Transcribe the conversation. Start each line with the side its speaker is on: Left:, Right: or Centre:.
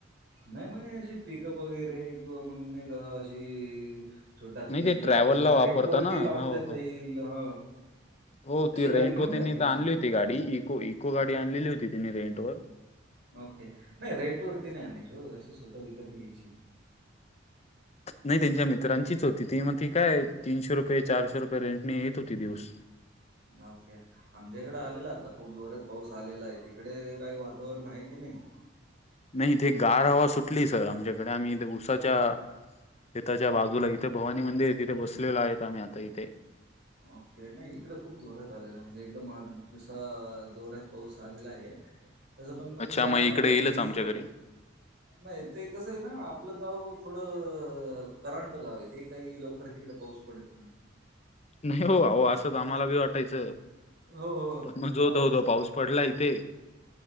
Right: नाही मगाशी पिकअप वगैरे किंवा मग नाही का आशी छोटा हत्ती
Left: नाही ते
Right: जे
Left: ट्रॅव्हलला
Right: आपल्याला रेंटवरती
Left: वापरता ना
Right: लावून
Left: हो
Right: देता
Left: हो
Right: येईल हा.
Left: हो
Right: आशी गाडी
Left: रेंटवर
Right: घेऊन
Left: त्यांनी
Right: टाकायची.
Left: तर आणली होती ती गाडी इको इको गाडी आणलेली होती तिने रेंट वर
Right: ओके नाही रेंट वरती नाही आणायची हो अशी स्वतः विकत घ्यायची.
Left: नाही त्यांच्या मित्रांचीच होती ती म ती काय तीनशे रुपये चारशे रुपये रेंटने येत होती दिवस
Right: ओके आमच्या इकडे आलेला आता खूप जोरात पाऊस आलेला आहे तिकडे? काय वातावरण आहे की नाही?
Left: नाही ते गार हवा सुटली सर आमच्याकडे आम्ही ऊसाच्या शेताच्या बाजूला इथे भवानी मंदिर आहे तिथे बसलेलं आहे आता आम्ही आता इथे.
Right: ओके नाही इकडे खूप जोरात आलेला म्हणजे एकदम अ जसा जोऱ्यात पाऊस आलेला आहे. तसं पण मग
Left: अच्छा
Right: मला
Left: इकडे
Right: नाही वाटत
Left: येईलच
Right: कि
Left: आमच्याकडे
Right: नाही ते कसं आहे ना आपलं गाव थोडं करंट गाव आहे ते काही लवकर तिकडे पाऊस पडत नाही.
Left: नाही हो आहो असंच आम्हाला बी वाटायचं
Right: हो, हो.
Left: पण मग जो धो-धो पाऊस पडला इथे